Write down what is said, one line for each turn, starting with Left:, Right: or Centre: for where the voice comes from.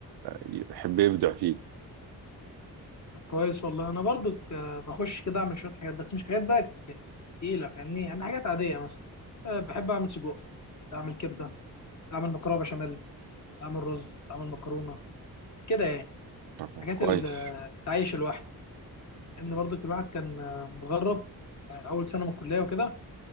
Right: يحب يبدع فيه
Left: طب كويس والله انا برضو ك- بخش كده اعمل شويه حاجات بس مش حاجات بقى ك- تقيله فاهمني يعني حاجات عاديه مثلا أه بحب اعمل سجق اعمل كبده اعمل مكرونه بشاميل اعمل رز اعمل مكرونه كده يعني
Right: طب
Left: حاجات
Right: كويس
Left: التعيش الواحد لان برضه الواحد كان آه، متغرب آه، اول سنه من الكليه وكده